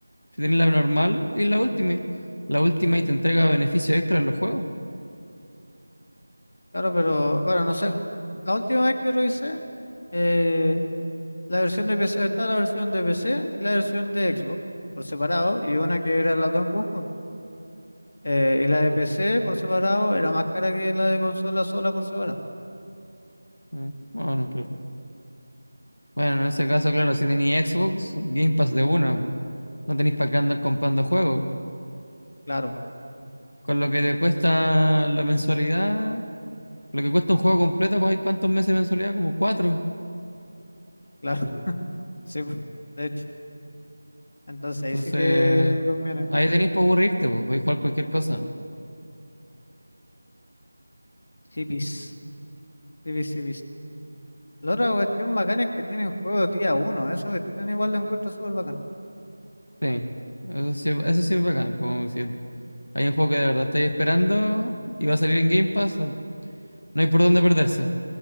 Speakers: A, on the left (about 80°); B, on the left (about 50°).
A: Si tenés la normal y la última La última y te entrega beneficios extra en los juegos.
B: Claro, pero bueno, no sé. La última vez que revisé, eh, la versión de PC, está la versión de PC y la versión de Xbox por separado, y una que era las dos en conjunto. Eh, y la de PC por separado era más cara que la de consola sola por separado.
A: Mm, Bueno, claro. Bueno, en ese caso, claro, si tenéis Xbox, Game Pass de una. po. No tenéis para qué andar comprando juegos.
B: Claro,
A: Con lo que te cuesta la mensualidad, lo que cuesta un juego completo, pues hay cuántos meses de mensualidad, como cuatro.
B: claro. <laughs> Sí, po, de hecho. Entonces ahí
A: Entonces,
B: sí que conviene.
A: ahí tenéis para aburrirte, pues, podéis jugar cualquier cosa.
B: Hippies. Sí, vis, sí, La otra cuestión bacana es que tienen juegos día uno. Esa cuestión igual la encuentro súper bacana.
A: Sí, eso sí, eso sí es bacán. Como si hay un juego que de verdad estáis esperando y va a salir en Game Pass, no hay por dónde perderse.